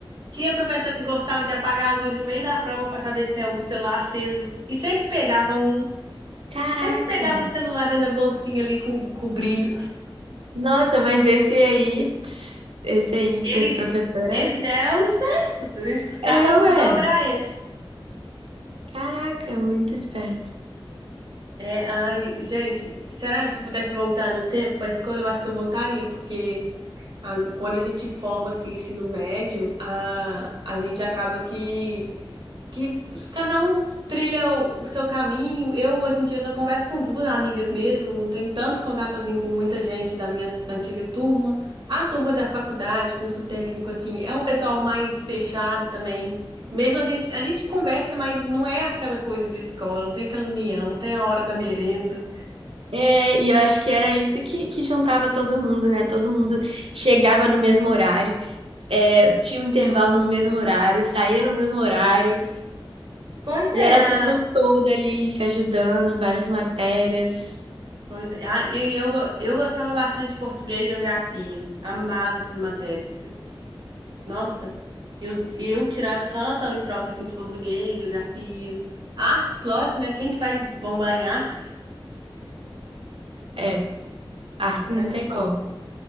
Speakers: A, on the right; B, on the right.
A: Tinha professor que gostava de apagar a luz no meio da prova para saber se tem algum celular aceso. E sempre pegava um.
B: Caraca!
A: Sempre pegava um celular dentro da bolsinha ali com, com brilho.
B: Nossa, mas esse aí, pss, esse aí,
A: Eles,
B: esse professor
A: eles
B: é,
A: eram espertos. A gente custava
B: é, ué.
A: dobrar eles.
B: Caraca, muito esperto.
A: É, ai, gente, será que se pudesse voltar no tempo para a escola, eu acho que eu voltaria, porque a- quando a gente forma assim, ensino médio, a, a gente acaba que que cada um trilha o o seu caminho. Eu, hoje em dia, só converso com duas amigas mesmo, não tenho tanto contato assim com muita gente da minha antiga turma. A turma da faculdade, curso técnico, assim, é um pessoal mais fechado também. Mesmo a gente, a gente conversa, mas não é aquela coisa de escola, não tem aquela união, não tem a hora da merenda.
B: É, e eu acho que era isso que, que juntava todo mundo, né? Todo mundo chegava no mesmo horário, é, tinha um intervalo no mesmo horário, saía no mesmo horário,
A: Pois
B: e
A: é,
B: era a
A: a-
B: turma toda ali se ajudando, várias matérias.
A: pois é. a- e eu, go- eu gostava bastante de português e geografia. Amava essas matérias. Nossa, eu, eu tirava só notão em prova assim, de português, geografia. Artes, lógico, né? Quem que vai bombar em artes?
B: É, arte
A: Era
B: não
A: muito
B: tem como.
A: bom.